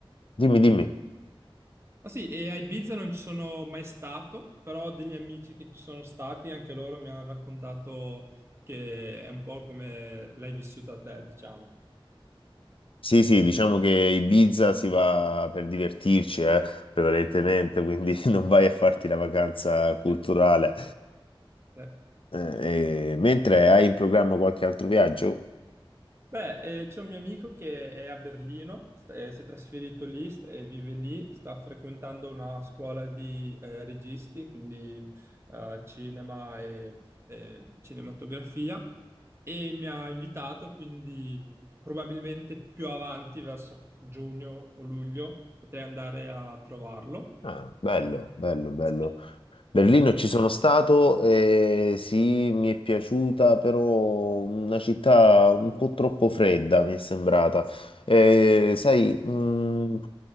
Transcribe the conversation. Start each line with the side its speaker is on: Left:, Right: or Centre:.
Left: dimmi, dimmi.
Right: ah sì, e a Ibiza non ci sono mai stato, però ho degli amici che ci sono stati, anche loro mi hanno raccontato che è un po' come l'hai vissuta te, diciamo.
Left: Sì, sì, diciamo che Ibiza si va per divertirci, eh, prevalentemente, quindi <laughs> non vai a farti la vacanza culturale.
Right: Sì. sì.
Left: Eh, e- mentre hai in programma qualche altro viaggio?
Right: Beh, eh, c'è un mio amico che è a Berlino, st- eh, si è trasferito lì st- e vive lì, sta frequentando una scuola di eh, registi, quindi eh, cinema e e cinematografia, e mi ha invitato, quindi probabilmente più avanti, verso giugno o luglio, potrei andare a trovarlo.
Left: Ah, bello, bello, bello.
Right: Sì,
Left: Berlino
Right: sì. sì.
Left: ci sono stato, eh, sì, mi è piaciuta, però una città un po' troppo fredda mi è sembrata. Eh, sai, mh,